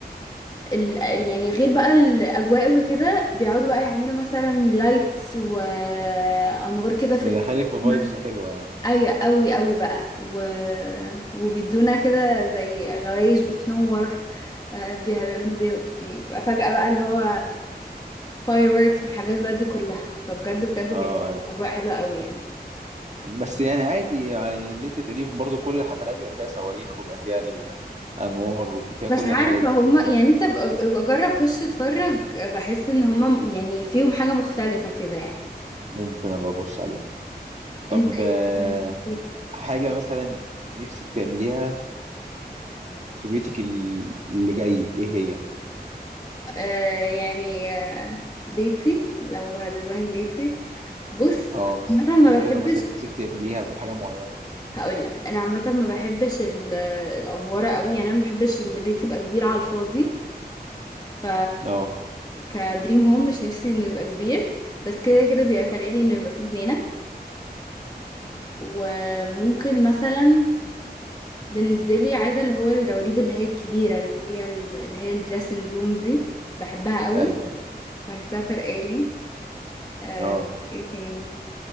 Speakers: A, on the left; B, on the right.
A: ال يعني غير بقى الاجواء وكده بيقعدوا بقى يعملوا مثلا لايتس وانوار كده في
B: بيدخلك
A: السما
B: في فايبس حلوه يعني
A: ايوه قوي قوي بقى و... وبيدونا كده زي غوايش بتنور آه، بيعملوا بي- بيبقى فجأة بقى اللي هو fireworks الحاجات بقى دي كلها فبجد بجد
B: اه
A: بيعملوا
B: اي
A: اجواء حلوة قوي يعني
B: بس يعني عادي يعني اللي انت تقوليه برضو كل الحفلات بيبقى فيها صواريخ وبيبقى فيها الانوار وفيها
A: مش
B: كل
A: عارفة
B: الحاجات دي
A: هما يعني انت ابقى ابقى جرب خش اتفرج بحس ان هما يعني فيهم حاجة مختلفة كده يعني
B: ممكن ابقى ابص عليه طب
A: انت ايه
B: آه،
A: بقى من تفكير؟
B: حاجة مثلا نفسك تعمليها في بيتك ال- اللي جاي ايه هي
A: آه يعني آه بيتي لو هديزاين بيتي بص
B: اه مثلا
A: انا ما
B: في أوضة
A: بحبش
B: مثلا نفسك تعمليها بحاجة معينة
A: هقول لك انا عامه ما بحبش ال- الافوره قوي يعني انا ما بحبش ان البيت يبقى كبير على الفاضي ف
B: اه
A: كدريم هوم مش نفسي انه يبقى كبير بس كده كده بيبقى فارق لي انه يبقى فيه جنينه وممكن مثلا بالنسبه لي عايزه اللي هو الدواليب اللي هي الكبيره اللي هي ال- اللي هي الدريسنج روم دي بحبها قوي
B: ايوه
A: بحسها فارقه لي آه،
B: اه
A: ايه تاني